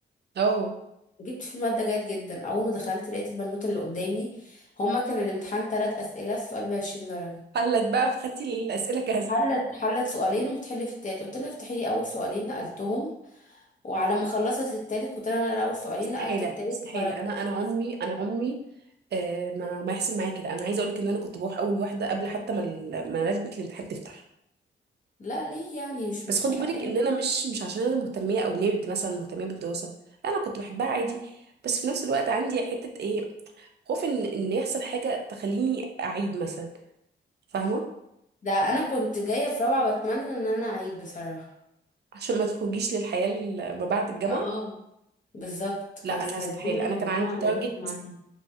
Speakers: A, on the right (about 60°); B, on the left (about 40°).
A: اه
B: جبت في الماده جيد جدا اول ما دخلت لقيت البنوته اللي قدامي هما كان الامتحان ثلاث اسئله السؤال ب 20 درجه
A: قال لك بقى فخدتي الاسئله جاهزه
B: حلت حلت سؤالين وبتحل في التالت قلت لها افتحي لي اول سؤالين نقلتهم وعلى ما خلصت التالت كنت انا اقرا اول سؤالين
A: مستحيله
B: نقلت التالت
A: مستحيله
B: وخرجت
A: انا انا عمري انا عمري آه ما ما يحصل معايا كده انا عايزه اقول لك ان انا كنت بروح اول واحده قبل حتى ما ال- ما لجنه الامتحان تفتح
B: لا ليه يعني مش
A: بس
B: مستحقين
A: خدي بالك ان انا مش مش عشان انا مهتميه او نيرد مثلا مهتميه بالدراسه لا انا كنت بحبها عادي بس في نفس الوقت عندي حته ايه خوف ان ان يحصل حاجه تخليني اعيد مثلا فاهمه
B: ده انا كنت جايه في رابعه بتمنى ان انا اعيد بصراحه
A: عشان ما تخرجيش للحياه ال- ما بعد الجامعه
B: اه بالظبط
A: لا
B: كانت
A: انا استحيل
B: الدنيا
A: انا
B: في
A: كان
B: الجامعه
A: عندي
B: لذيذ
A: تارجت
B: معايا